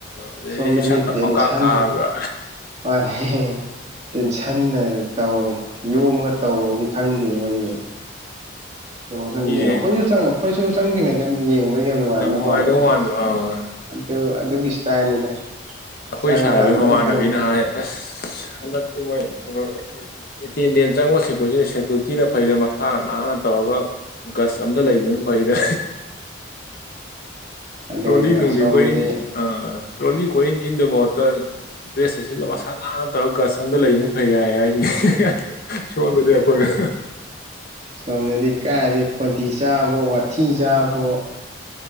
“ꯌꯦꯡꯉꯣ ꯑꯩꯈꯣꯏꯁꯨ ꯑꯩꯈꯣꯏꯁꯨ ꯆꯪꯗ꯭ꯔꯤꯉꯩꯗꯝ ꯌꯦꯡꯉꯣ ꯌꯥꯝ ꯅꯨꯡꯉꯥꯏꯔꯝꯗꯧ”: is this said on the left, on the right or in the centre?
Right